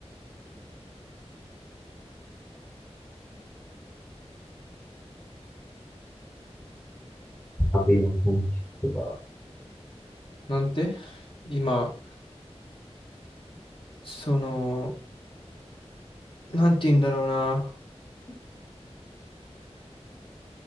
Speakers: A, on the left; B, on the left.
A: 旅の本とか
B: なんて今、その、なんて言うんだろうな。